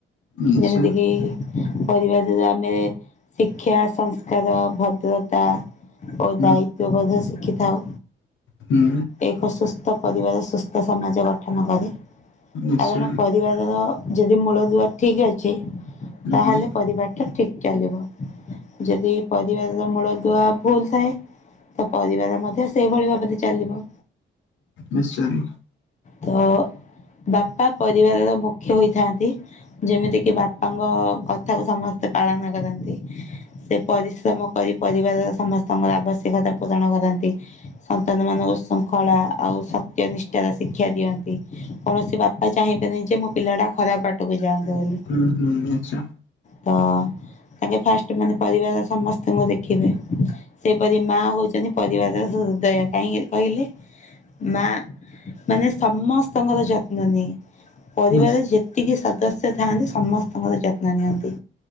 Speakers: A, on the left (about 75°); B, on the left (about 35°).
A: ନିଶ୍ଚୟ
B: ଯେମିତିକି ପରିବାରରୁ ଆମେ ଶିକ୍ଷା, ସଂସ୍କାର, ଭଦ୍ରତା ଓ
A: ହୁଁ
B: ଦାୟିତ୍ଵ ବୋଧ ଶିଖିଥାଉ
A: ହୁଁ
B: ଏକ ସୁସ୍ଥ ପରିବାର ସୁସ୍ଥ ସକ୍ଷମ କରେ।
A: ନିଶ୍ଚୟ
B: କାରଣ ପରିବାରର ଯଦି ମୂଳ ଦୁଆ ଠିକ ଅଛି
A: ହୁଁ
B: ତାହେଲେ
A: ହୁଁ
B: ପରିବାର ଟା ଠିକ ଚାଲିବ ଯଦି ପରିବାରର ମୂଳ ଦୁଆ ଭୁଲ ଥାଏ। ତ ପରିବାର ମଧ୍ୟ ସେଇଭଳି ଭାବରେ ଚାଲିବ।
A: ନିଶ୍ଚୟ।
B: ତ ବାପା ପରିବାରର ମୁଖ୍ୟ ହୋଇଥାନ୍ତି। ଯେମିତି କିି ବାପାଙ୍କ କଥାକୁ ସମସ୍ତେ ପାଳନ କରନ୍ତି। ସେ ପରିଶ୍ରମ କରି ପରିବାରର ସମସ୍ତଙ୍କର ଆବଶ୍ୟକ। ସେ କଥା ପୂରଣ କରନ୍ତି ସନ୍ତାନ ମାନଙ୍କ ଶୃଙ୍ଖଳା ଆଉ ସତ୍ୟ ନିଷ୍ଠାର ଶିକ୍ଷା। ଶିକ୍ଷା ଦିଅନ୍ତି। କୌଣସି ବାପା ଚାହିଁବେନି ଯେ ମୋ ପିଲାଟା ଖରାପ ବାଟକୁ ଯାଆନ୍ତୁ। ବୋଲି
A: ହୁଁ ହୁଁ ନିଶ୍ଚୟ
B: ତ ତାଙ୍କେ ଫାଷ୍ଟ ମାନେ ପରିବାର ସମସ୍ତଙ୍କୁ ଦେଖିବେ। ସେପରି ମା ହଉଚନ୍ତି ପରିବାରର ହୃଦୟା କାହିଁକି କହିଲେ ମା। ମାନେ ସମସ୍ତଙ୍କର ଯତ୍ନ ନିଏ ପରିବାର
A: ନିଶ୍ଚ
B: ଯେତିକି ସ ସଦସ୍ୟ ଥାନ୍ତି ସମସ୍ତଙ୍କର ଯତ୍ନ ନିଅନ୍ତି